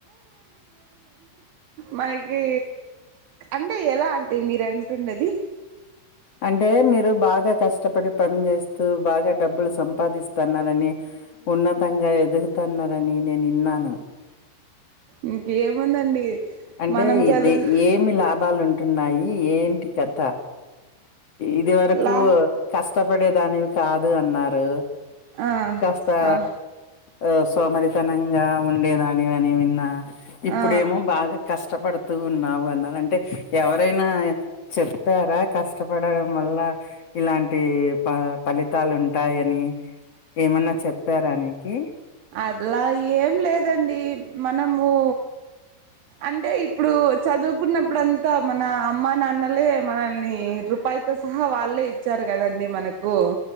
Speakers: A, on the right (about 60°); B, on the left (about 45°).
A: మనకీ అంటే ఎలా ఆంటీ మీరంటున్నది
B: అంటే మీరు బాగా కష్టపడి పని చేేస్తూ బాగా డబ్బులు సంపాదిస్తన్నారని ఉన్నతంగా ఎదుగుతున్నారని నేనిన్నాను
A: ఇంకేముందండి
B: అంటే
A: మనం చదువు
B: దే ఏమి లాభాలు ఉంటున్నాయి ఏంటి కథ ఇది వరకు
A: లా
B: కష్టపడేదానివి కాదు అన్నారు
A: ఆ
B: కాస్తా
A: అవు
B: ఆ సోమరితనంగా ఉండేదానివి అని విన్నా ఇప్పుడేమో
A: ఆ
B: బాగా కష్టపడుతూ ఉన్నావు అన్నను ఆన్ అంటే ఎవరైనా చెప్పారా కష్టపడడం వల్ల ఇలాంటి ప ఫలితాలు ఉంటాయని ఏమన్నా చెప్పారానికి
A: అలా ఏం లేదండి మనమూ అంటే ఇప్పుడు చదువుకున్నప్పుడుంతా మన అమ్మ నాన్నలే మనల్ని రూపాయి తో సహా వాళ్లే ఇచ్చారు కదండి మనకు